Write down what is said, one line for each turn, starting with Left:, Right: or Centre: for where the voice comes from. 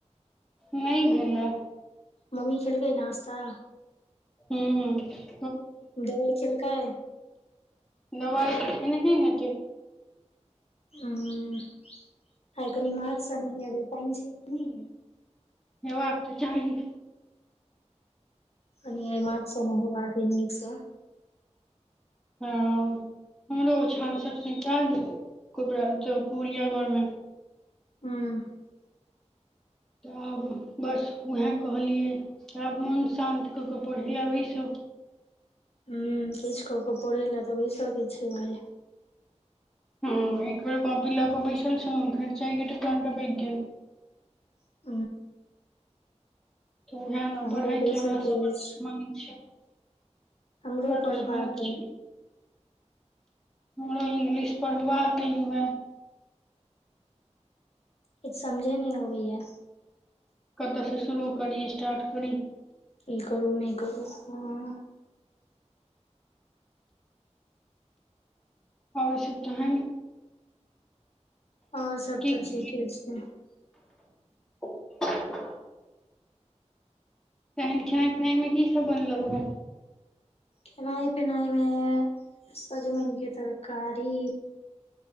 Centre: नई भेल ऐ।
Left: मम्मी खेलकै नाश्ता।
Centre: हूं।
Left: दबाई खेलकै।
Centre: दबाईत खेनहे हेतै।
Left: हं, आई कनि माथस नहेबई पाईन छै कि नईगे।
Centre: हेबाक तऽ चाही।
Left: कनि आइ माथसँ नहेबाक अई नीकस।
Centre: हँ। हमरो ओछान सभ सैंता गेल कोबरा च पुबरिया घरमे।
Left: हूँ।
Centre: तऽ आब बस उएह कहलियै जे आब मोन शान्त कऽ कऽ पढ़य लै बैसु।
Left: हं, किछ कऽ कऽ पढ़ैलै तऽ बैस के छैय भाई।
Centre: हँ, एकबर काँपी लऽ कऽ बैसल छलऊं फेर चाय के टपकान टपैक गेल।
Left: <inaudible>
Centre: तऽ उएह नऽ
Left: हमरो
Centre: पढ़ाईके
Left: बैसऽ
Centre: हमरा
Left: के
Centre: सऽ बड़
Left: अछि
Centre: दुश्मनी छैय।
Left: हमरो
Centre: बड दुश्मनी
Left: पढ़बाक
Centre: छिये।
Left: अइ
Centre: हमरो इंग्लिश पढ़बाक अई हुए।
Left: किछ समझे नै अबैयै।
Centre: कतऽ से शुरू करी, स्टार्ट करी।
Left: ई करू नहि करू हुं।
Centre: आओर ईसभ तहैन।
Left: आओर सब तऽ
Centre: करी।
Left: ठीके छैय।
Centre: <inaudible> तहैन खेनाय-पिनाय मे की सब बनलौ वाए?
Left: खेनाय-पिनाय मे सजमैन के तरकारी